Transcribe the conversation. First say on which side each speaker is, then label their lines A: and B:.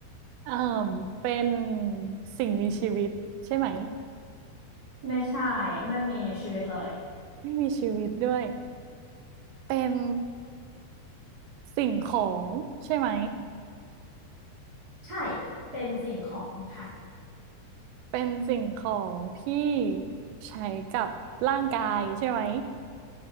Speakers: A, on the right (about 85°); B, on the right (about 30°).
A: เออเป็นสิ่งมีชีวิตใช่ไหม
B: ไม่ใช่ไม่มีชีวิตเลย
A: ไม่มีชีวิตด้วย เป็นสิ่งของใช่ไหม
B: ใช่เป็นสิ่งของค่ะ
A: เป็นสิ่งของที่ใช้กับร่างกายใช่ไหม